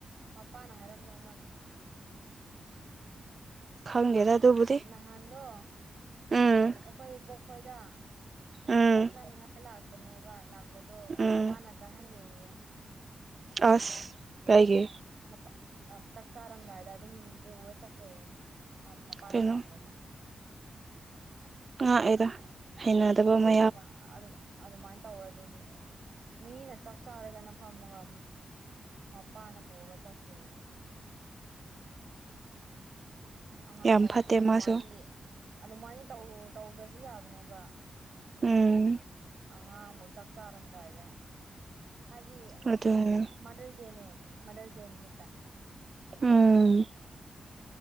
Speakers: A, on the right; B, on the right.
A: ꯃꯄꯥꯅ ꯍꯥꯏꯔꯝꯗꯧ ꯃꯥꯜꯅꯦ
B: ꯈꯪꯗꯦꯗ
A: ꯅꯍꯥꯟ
B: ꯑꯗꯨꯕꯨꯗꯤ
A: ꯅꯍꯥꯟꯗꯣ
B: ꯎꯝ
A: ꯑꯩꯈꯣꯏ ꯕꯣꯛꯈꯣꯏꯗ
B: ꯎꯝ
A: ꯆꯥꯛ ꯆꯥꯅꯤꯡꯉꯥꯏ ꯂꯥꯛꯄꯅꯦꯕ ꯂꯥꯛꯄꯗꯣ
B: ꯎꯝ
A: ꯃꯄꯥꯅ ꯆꯥꯍꯟꯂꯦꯌꯦ
B: ꯑꯁ ꯀꯩꯒꯤ
A: ꯃꯄ ꯆꯥꯛ ꯆꯥꯔꯝꯗꯥꯏꯗ ꯑꯗꯨꯝ ꯄꯨꯔ ꯆꯠꯈ꯭ꯔꯦꯌꯦ ꯃꯄꯥꯥꯅ
B: ꯀꯩꯅꯣ
A: ꯌꯥꯗꯕꯒꯤ
B: ꯉꯛꯑꯦꯗꯥ ꯍꯩꯅꯗꯕ ꯑꯃ
A: ꯑꯗꯨꯃꯥꯏ ꯑ ꯑꯗꯨꯃꯥꯏꯅ ꯇꯧꯋꯦ ꯑꯗꯨꯒꯤ ꯃꯤꯅ ꯆꯥꯛ ꯆꯥꯔꯒꯅ ꯐꯝꯃꯒ ꯃꯄꯥꯅ ꯄꯨꯔꯒ ꯆꯠꯈ꯭ꯔꯦꯌꯦ ꯑꯉꯛꯄꯅꯦ
B: ꯌꯥꯝ ꯐꯠꯇꯦ
A: ꯑꯗꯨꯃꯥꯏꯅꯗꯤ
B: ꯃꯥꯁꯨ
A: ꯑꯗꯨꯃꯥꯏꯅꯗꯤ ꯇꯧꯗ꯭ꯔꯁꯨ ꯌꯥꯕꯅꯦꯕ
B: ꯎꯝ
A: ꯑꯉꯥꯡꯕꯨ ꯆꯥꯛ ꯆꯥꯔꯝꯗꯥꯏꯗ ꯍꯥꯏꯗꯤ
B: ꯑꯗꯨꯅꯦ
A: ꯎꯝ ꯃꯥꯗꯔ꯭ꯁ ꯗꯦꯅꯦ ꯃꯥꯗꯔ꯭ꯁ ꯗꯦ ꯅꯨꯃꯤꯠꯇ
B: ꯎꯝ